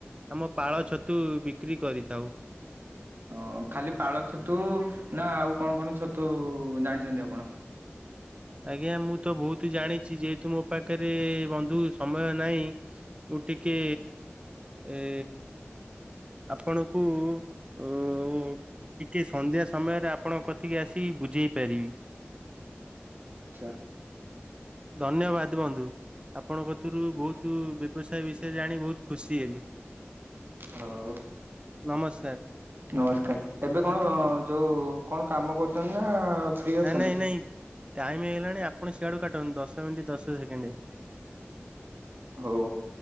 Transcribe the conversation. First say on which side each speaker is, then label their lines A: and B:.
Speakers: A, on the right; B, on the right.
A: ଆମ ପାଳ ଛତୁ ବିକ୍ରି କରିଥାଉ।
B: ହଁ ଖାଲି ପାଳ ଛତୁ ନା ଆଉ କଣ କଣ ଛତୁ ଜାଣିଛନ୍ତି ଆପଣ?
A: ଆଜ୍ଞା ମୁଁ ତ ବହୁତୁ ଜାଣିଚି, ଯେହେତୁ ମୋ ପାଖରେ ବନ୍ଧୁ ସମୟ ନାହିଁ ଫୁଟିକି ଏ ଆପଣଙ୍କୁ <unintelligible> ଟିକେ ସନ୍ଧ୍ୟା ସମୟରେ ଆପଣଙ୍କ କତିକି ଆସିକି ବୁଝେଇ ପାରିବି।
B: <unintelligible>
A: ଧନ୍ୟବାଦ ବନ୍ଧୁ। ଆପଣଙ୍କ କତିରୁ ବହୁତୁ ବ୍ୟବସାୟ ବିଷୟରେ ଜାଣି ବହୁତ ଖୁସି ହେଲି।
B: ଆଉ।
A: ନମସ୍କାର।
B: ନମସ୍କାର। ଏବେ କଣ ଯୋଉ କଣ କାମ କରୁଛନ୍ତି ନା ଫ୍ରି ଅଛନ୍ତି?
A: ନାଇଁ ନାଇଁ ନାଇଁ ଟାଇମ ହେଇଗଲାଣି ଆପଣ ସିଆଡୁ କାଟନ୍ତୁ, ଦଶ ମିନିଟ ଦଶ ସେକେଣ୍ଡେ।
B: ହଉ।